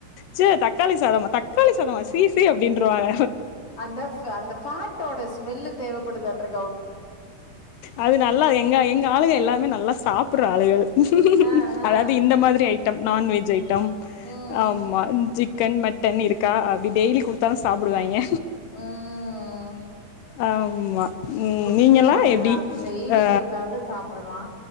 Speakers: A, on the left (about 85°); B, on the left (about 35°).
A: ச தக்காளி சாதமா தக்காளி சாதமா சீ சி அப்படின்றவாங்க
B: அந்த ஃபே அந்த ஃபேட்டோட ஸ்மெல்லு தேவைப்படுதாட்டுருக்கு
A: அது நல்லா எங்க எங்க ஆளுக எல்லாமே நல்லா சாப்புட்ற ஆளுகள்
B: ஆ ஆ
A: அதாவது இந்த மாதிரி ஐட்டம் நான்வெஜ் ஐட்டம்
B: ம்
A: ஆமா சிக்கன் மட்டன் இருக்கா அப்டி டெய்லி குடுத்தாலு சாப்டுவாங்க
B: ம்
A: ஆமா ம்
B: குட்டியு
A: நீங்கல்லா
B: அப்படிதா
A: எப்டி
B: டெய்லி
A: ஆ
B: குடுத்தாலு சாப்பிடுவா